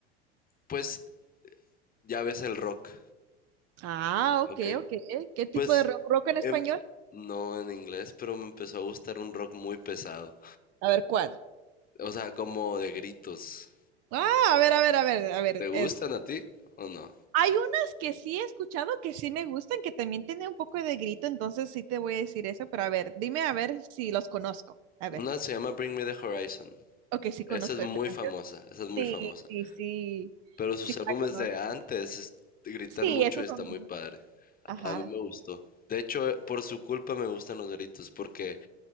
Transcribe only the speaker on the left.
pues ya ves el rock,
¿ok?
Pues
em- no en inglés, pero me empezó a gustar un rock muy pesado.
O sea, como de gritos.
¿Te gustan
a ti o no?
Una
se llama Bring Me the Horizon.
Esa es muy
famosa, esa es muy
famosa.
Pero sus
álbumes
de antes es- gritan
mucho
y está
muy padre.
A, a mí me gustó. De hecho, eh, por su culpa me gustan los gritos, porque